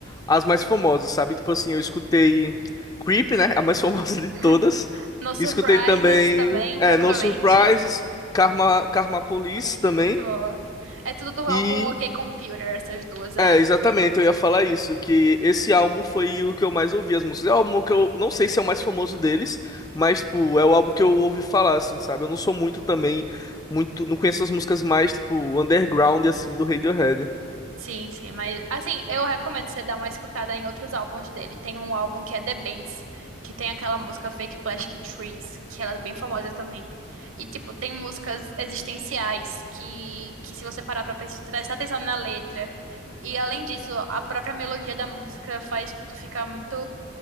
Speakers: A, on the left; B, on the right.
A: as mais famosas, sabe? Tipo assim, eu escutei Creep, né? A mais <laughs> famosa de
B: <laughs>
A: todas.
B: No Surprises
A: Escutei também
B: também,
A: é,
B: provavelmente.
A: No Surprises, Karma, Karma Police
B: Por isso,
A: também.
B: Muito boa. É tudo do
A: E
B: álbum OK Computer, essas duas
A: é,
B: aí
A: exatamente,
B: que você falou.
A: eu ia falar isso, que esse álbum foi o que eu mais ouvi as músicas. É o álbum que eu não sei se é o mais famoso deles, mas tipo, é o álbum que eu ouvi falar assim, sabe? Eu não sou muito também, muito, não conheço as músicas mais tipo underground assim do Radiohead.
B: Sim, sim, mas assim, eu recomendo você dar uma escutada em outros álbuns dele. Tem um álbum que é The Bends, que tem aquela música Fake Plastic Trees, que ela é bem famosa também. E tipo, tem músicas existenciais que, que se você parar pra pres- prestar atenção na letra, e além disso, a própria melodia da música faz tu ficar muito